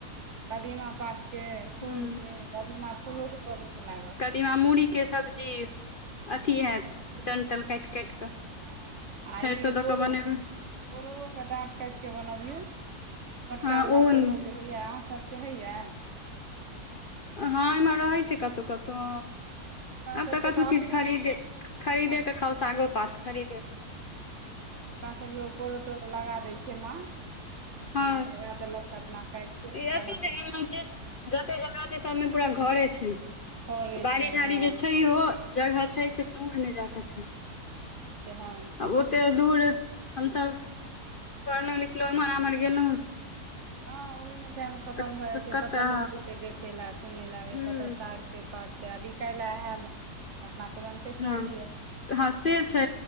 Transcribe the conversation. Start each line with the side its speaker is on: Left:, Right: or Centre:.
Right: कदीमा पातके फूलके
Left: हूँ
Right: कदीमा फूलोके बड़ नीक लागल
Left: दीमाामुढ़ीे सब्जी अथी हेएत डन्टल कैट कैट कऽ
Right: हँ आ
Left: सरिसो
Right: ई
Left: दऽ
Right: पोरो
Left: कऽ बनेबै
Right: पोरोहु के डाँट कैट क बनबियौ मोटका
Left: हँ
Right: वाला
Left: ओहो
Right: पोरो
Left: नीक
Right: जे होइए अहाँसभके होइए
Left: हँ एमे रहै छै कतौ कतौ
Right: हमरा
Left: आब
Right: सभके
Left: तऽ कतहु
Right: अपने
Left: चीज खरीदे खरीदेके
Right: अपने
Left: खाउ सागो पात खरीदेके
Right: अच्छा हमरा सभके पोरो तोरो लगा दै छै माँ तऽ अपना
Left: हँ
Right: लगा देलक तऽ अपना काइट के
Left: अथी
Right: बनाउ
Left: छै जे जते जगह छै सबमे पूरा घरे छै
Right: घरे
Left: बाड़ी
Right: छै
Left: झाड़ी
Right: हँ
Left: जे
Right: हूँ
Left: छै ओ जगह
Right: हूँ
Left: छै से दूर मे जााक छै
Right: <inaudible> छै हँ
Left: आब ओते दूर हमसभ पढ़लहुं लिखलहु एम्हर आम्हर गेलौ
Right: हँ ओहि मे टाइम खतम
Left: तऽ
Right: भए जाइ छै
Left: कतऽ
Right: कतय लोग जेते देखे ला सुनय ला या
Left: ह
Right: कतय साग पात छै आ बीकाइल ल एल अपना तुरन्ते कीन
Left: हँ
Right: लिय
Left: हँ से छै